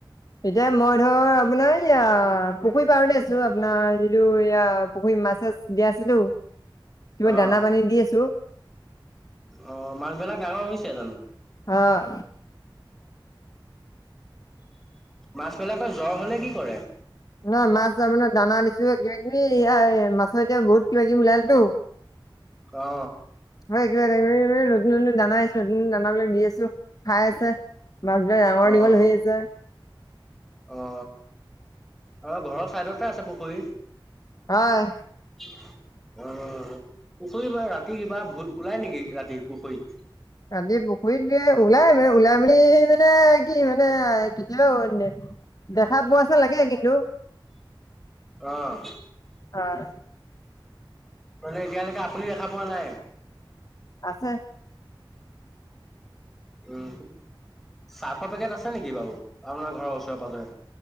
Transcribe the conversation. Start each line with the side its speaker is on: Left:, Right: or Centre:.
Left: এতিয়া মই ধৰ আপোনাৰ ইয়া পুখুৰী পাৰতে আছো আপোনাৰ যিটো এয়া পুখুৰী মাছ চাছ দিয়া আছেতো, কিবা
Centre: অ',
Left: দানা পানী দি আছো।
Centre: অ মাছ বিলাক ডাঙৰ হৈছে জানো?
Left: আহ।
Centre: মাছবিলাকৰ জ্বৰ হলে কি কৰে?
Left: নহয় মাছ যাবে দানা আনিছো কিবা -কিবি এয়া মাছৰ এতিয়া বহুত কিবা কিবি ওলালতো
Centre: অ।
Left: হয় কিবা- কিবি নতুন নতুন দানা আহিছে নতুন দানাবিলাক দি আছো। খাই আছে, মাছ বিলাক ডাঙৰ-
Centre: অ',
Left: দীঘল হৈ আছে।
Centre: অ, আমাৰ ঘৰৰ ছাইডতে আছে পুখুৰী।
Left: হয়।
Centre: অ। <unintelligible> অ পুখুৰী বা ৰাতি কিবা ভুত ওলাই নেকি ৰাতি পুখুৰীত?
Left: ৰাতি পুখুৰীত ওলাই মানে ওলাই মেলি মানে কি মানে কেতিয়াও দেখা পোৱা নিচিনা লাগে কিন্তু।
Centre: আহ।
Left: হয়
Centre: মানে এতিয়ালৈকে আপুনি দেখা পোৱা নাই?
Left: আছে।
Centre: উ চাৰ্ফৰ পেকেট আছে নেকি বাৰু? আপোনাৰ ঘৰৰ ওচৰেৰে পাজৰে।